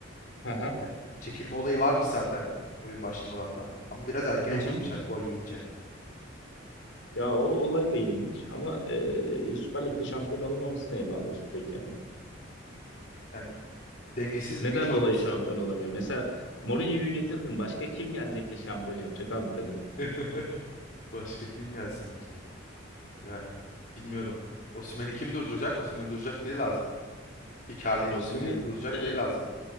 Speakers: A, on the left; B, on the left.
A: Hı hı.
B: Yani çekilme olayı varmış zaten oyun başlamadan da. Ama biraz erkene
A: Hı hı.
B: çekmişler gol yiyince.
A: Ya o olay da ilginç ama e, Süper Lig'de şampiyon olamaması neye bağlıyorsun peki yani?
B: Yani dengesiz
A: Neden
B: bir güç olması.
A: dolayı şampiyon olamıyor? Mesela Mourinho'yu getirdin. Başka kim gelecek de şampiyon yapacak abi Fener'e?
B: <laughs> Başka kim gelsin ki? Yani bilmiyorum. Osimhen'i kim durduracak? Osimhen'i durduracak biri lazım. Icardi ile
A: Osimhen'i
B: Osimhen'i durduracak
A: e,
B: biri lazım.